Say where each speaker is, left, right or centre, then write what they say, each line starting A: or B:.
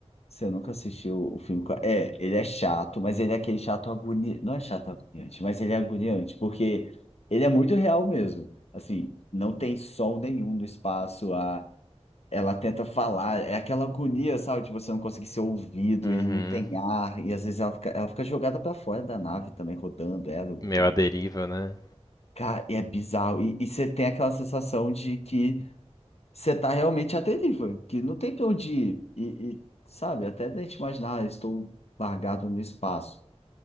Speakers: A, on the left (about 65°); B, on the left (about 35°).
A: Você nunca assistiu o filme. com- É, ele é chato, mas ele é aquele chato agoniante. Não é chato agoniante, mas ele é agoniante, porque ele é muito real mesmo. Assim, não tem sol nenhum no espaço. A... Ela tenta falar, é aquela agonia, sabe? De você não conseguir ser ouvido
B: Uhum.
A: e não tem ar. E às vezes ela fica, ela fica jogada para fora da nave também, rodando ela. o-
B: Meu,
A: o-
B: a deriva, né?
A: Cara, e é bizarro. E, e você tem aquela sensação de que você tá realmente atentivo, que não tem pra onde ir. E, e, sabe, até da gente imaginar, ah, estou largado no espaço.